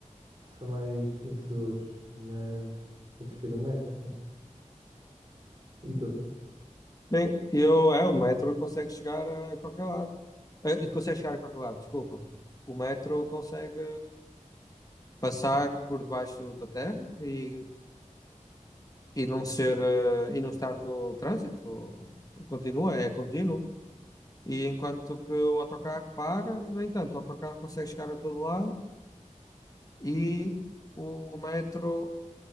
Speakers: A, on the right; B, on the left.
A: são mais inseguros, mas eu prefiro o metro sempre. E tu?
B: Bem, eu, é, o metro consegue chegar a qualquer lado. Eh, consegue chegar a qualquer lado, desculpa. O metro consegue passar por debaixo da terra e e não ser, eh, e não estar no trânsito. Continua, é contínuo. E enquanto que o autocarro para, no entanto, o autocarro consegue chegar a todo lado e o metro,